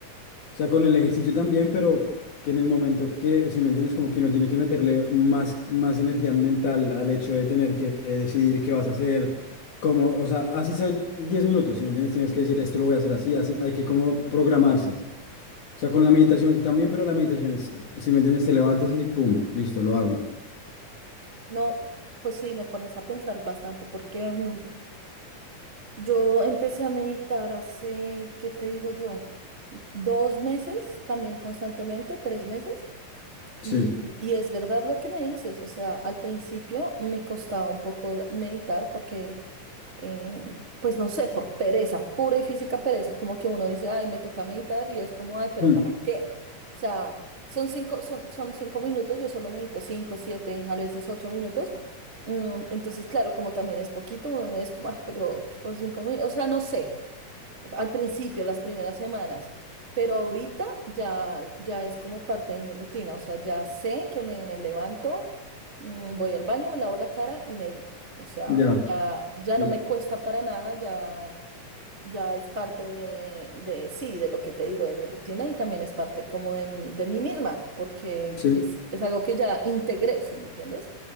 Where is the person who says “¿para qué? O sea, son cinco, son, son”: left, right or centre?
Right